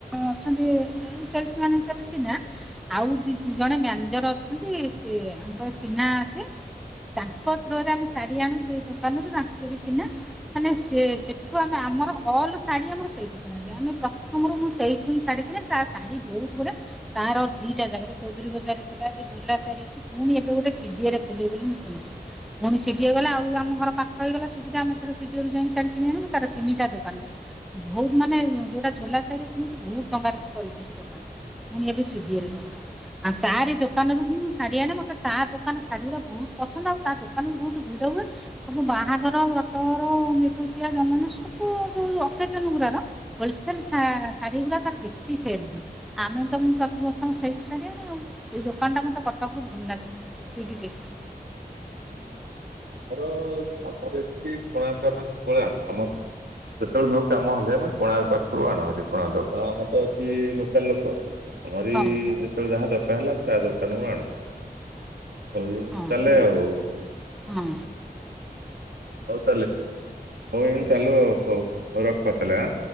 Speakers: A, in the centre; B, on the right (about 80°).
A: ଅଛନ୍ତି। ହୋଲସେଲ୍ ମାନେ ସବୁ ଚିହ୍ନା ଆଉ ଦ ଜଣେ ମ୍ୟାନେଜର ଅଛନ୍ତି ସେଙ୍କର ଚିହ୍ନା ସିଏ ତାଙ୍କ ରୋ ଆମେ ଶାଢ଼ୀ ଆଣୁଛୁ ଦୋକାନରୁ ତାଙ୍କୁ ସବୁ ଚିହ୍ନା। ମାନେ ସେଠୁ ଆମେ ଆମର ଅଲ୍ ଶାଢ଼ୀ ଆମର ସେଇଠୁ କିଣାଯଏ ଆମେ ପ୍ରଥମରୁ ମୁଁ ସେଇଠୁ ହିଁ ଶାଢ଼ୀ କିଣେ ତା ଶାଢୀ ବହୁତ ଗୁଡା ତାର ଦିଟା ଜାଗାରେ ଚୌଧୁରୀ ବଜାର ଥିଲା ଏବେ ଝୁଲା ଶୀ ଅ ପୁଣି ଏବେ ଗୋଟେ ସିଡିଆରେ ଖୋଲିବେ ବୋଲି ମୁଁ ସୁଣୁଛି। ପୁଣି ସିଡ଼ିଏ ଗଲା ଆମ ଘର ପାଖଇଗଲା ସୁଧା ଆମେ ଏଥ ସଡ଼ିଏ ଯାଇ ଶା଼ୀ କିଣି ଆଣୁ ତ ତିନିଟା ଦୋକାନରେ। ବହୁତ ମାନେ ଯୋଉଟା ଝୋଲା ସାହିରେ କିଣି ବହୁତ ଟଙ୍କାରେ ସେ କରିଛି ସେ ଦୋକାନ। ପୁଣି ଏ ବି ସୁିଧିରେ କରିବା। ଆଉ ତାର ଦୋକାନରୁ ହିଁ ମୁଁ ଶାଢୀ ଆଣେ ମୋତେ ତା ଦୋକାନ ଶାଢୀ ଗୁଡା ବହୁତ ପସନ୍ଦ ଆଉ ତା ଦୋକା ଆମେ ବହୁତ ଭିଡ଼ ହୁଏ। ସବୁ ବାହାଘର ବ୍ରତର ଏକୋଶିଆ ଜନମ ସବୁ ଅତେଜନ ଗୁରା କ ହୋଲସଲ ଶାଢୀ ଗୁ ତ ବେଶି ସେଲ ହୁଏ। ଆମେ ତ ମୁଁ ପ୍ରତିବର୍ଷ ସେଇଠୁ ଛାଡିବାଣି ଆଉ ସେଇ ଦୋକାନ ଟା ମତେ କଟକ ଭଲ ଲାଗେ। ଦିଦିଦ <unintelligible>
B: ଆମର ଆମର ଏଠି କଣକୁ ଆମେ ସବୁବେଳେ ଆଣୁ ଆମର ଯେତେବେଳେ ଯୋଉ କାମ ହେଲେ ଆମେ କୋଣା ପାଖରୁ ଆଣହରି କୋଣ ଦ କଣ ଆମେ ତ ଅଛି। ଦର ଲୋକ ଆମର
A: ହଁ
B: ଯେତେବେଳେ ଯାହା ଦରକାର ହେଲା ଆମେ ତା ଦୋକାନରୁୁ ଆଣୁ। ଆଉ ଯେମିତି
A: ହଁ
B: ତାହଲେ ଆଉ।
A: ହଁ।
B: ହଉ ତାହେଲେ ହଉ ଏମିତି ଚାଲୁ ଆଉ ହଉ ହଉ ରଖ ତାହେଲେଁ।